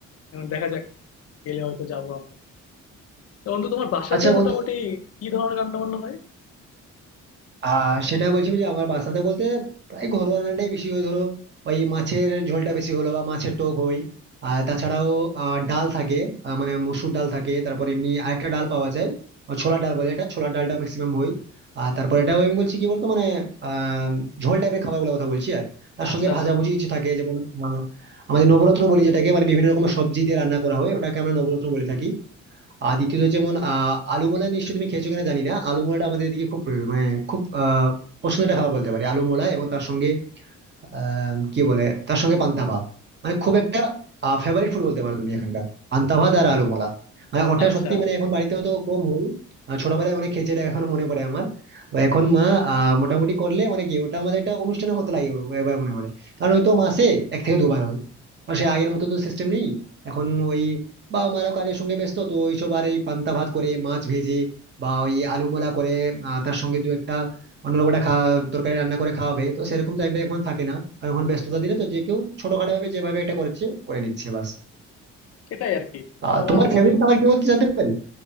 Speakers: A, on the left; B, on the right.
A: এখন দেখা যাক গেলে হয়তো যাবো আমরা তো বন্ধু তোমার বাসাতে
B: আচ্ছা
A: মোটামুটি
B: বন্ধু
A: কি ধরনের রান্না বান্না হয়
B: আর সেটা বলছি যে আমার বাসাতে বলতে প্রায় ঘরোয়া রান্নাটাই বেশি হয় ধরো ওই মাছের ঝোলটা বেশি হলো বা মাছের টক হয় আর তাছাড়াও আহ, ডাল থাকে আহ, মানে মসুর ডাল থাকে তারপর এমনি আরেকটা ডাল পাওয়া যায় আহ, ছোলার ডাল বলে এটা ছোলার ডালটা ম্যাক্সিমাম হয় আর তারপর এটাও আমি বলছি কি বলতো মানে আহ ঝোল টাইপের খাবারগুলোর কথা বলছি আর তার
A: আচ্ছা
B: সঙ্গে
A: আচ্ছা
B: ভাজাভুজি কিছু থাকে যেমন আহ, আমাদের নবরত্ন বলি যেটাকে মানে বিভিন্ন রকমের সবজি দিয়ে রান্না করা হয় ওটাকে আমরা নবরত্ন বলে থাকি আর দ্বিতীয়ত যেমন আহ আলুমলা নিশ্চয়ই তুমি খেয়েছো কিনা জানি না আলুমলাটা আমাদের এদিকে খুব প্রিয়, মানে খুব আহ পছন্দের একটা খাবার বলতে পারি আলুমলা এবং তার সঙ্গে আহ কি বলে তার সঙ্গে পান্তা ভাত মানে খুব একটা ফেভারিট ফুড বলতে পারো তুমি এখানকার পান্তা ভাত আর আলু মালা মানে ওটা
A: আচ্ছা
B: সত্যি মানে এখন বাড়িতেও তো কম হয় আহ, ছোটবেলায় অনেক খেয়েছি এটা এখনো মনে পড়ে আমার তো এখন মা আহ, মোটামুটি করলে মানে কি ওটা আমাদের একটা অনুষ্ঠানের মতো লাগে এবার মনে হলে কারণ হয়তো মাসে এক থেকে দুবার হয় আর সে আগের মতো তো সিস্টেম নেই এখন ওই বা আমারও কাজের সঙ্গে ব্যস্ত তো ওইসব আর এই পান্তা ভাত করে মাছ ভেজে বা ওই আলু মোলা করে আহ, তার সঙ্গে দু একটা অন্য লোক একটা খা- তরকারি রান্না করে খাওয়াবে তো সেরকম টাইমটা এখন থাকে না কারণ এখন ব্যস্ততা দিনে তো যে কেউ ছোটখাটো ভাবে যেভাবে এটা করছে করে নিচ্ছে বাস
A: সেটাই আর কি
B: আহ
A: তোমার
B: তোমার
A: হচ্ছে
B: ফেভারিট খাবার কি বলতে জানতে পারি